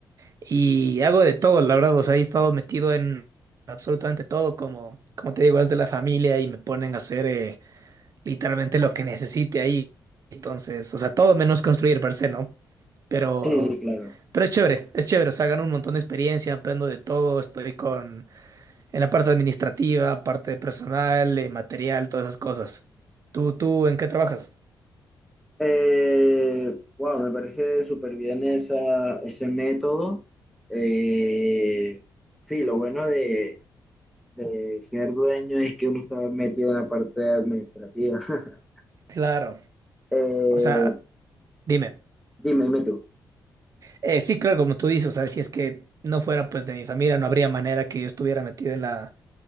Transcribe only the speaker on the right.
Y hago de todo, la verdad, o sea, he estado metido en absolutamente todo, como, como te digo, es de la familia y me ponen a hacer, eh, literalmente lo que necesite ahí. Entonces, o sea, todo menos construir per se, ¿no? Pero,
pero es chévere, es chévere, o sea, gano un montón de experiencia, aprendo de todo, estoy con, en la parte administrativa, parte de personal, eh, material, todas esas cosas. ¿Tú, tú, en qué trabajas?
Claro,
o sea, dime.
Eh, sí, claro, como tú dices, o sea, si es que no fuera pues de mi familia, no habría manera que yo estuviera metido en la,